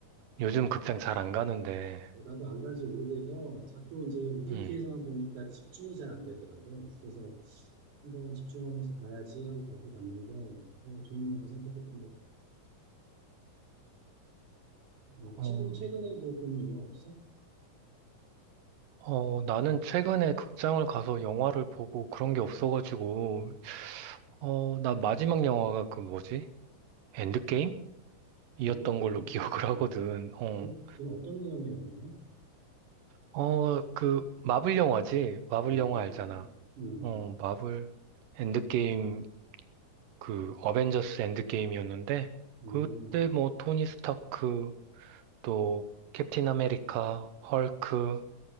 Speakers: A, on the right; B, on the right.
A: 요즘 극장 잘 안 가는데.
B: 나도 안 간지 오래돼서 자꾸 이제 OTT에서만
A: 음.
B: 보니까 집중이 잘 안 되더라고. 그래서 한번 집중하면서 봐야지 하고 가서 봤는데, 어, 좋은 영화 선택했던 것 같아. 어,
A: 어,
B: 친구는 최근에 뭐 본 영화 없어?
A: 어, 나는 최근에 극장을 가서 영화를 보고 그런 게 없어가지고, 어, 나 마지막 영화가 그 뭐지? 엔드게임? 이었던
B: 연극 배우?
A: 걸로 <laughs> 기억을
B: 음,
A: 하거든. 어,
B: 그, 그 어떤 내용의 영화야?
A: 어, 그 마블 영화지? 마블
B: 음,
A: 영화 알잖아.
B: 음,
A: 어, 마블 엔드게임 그 어벤져스 엔드게임이었는데
B: 음,
A: 그때 뭐 토니 스타크 또 캡틴 아메리카, 헐크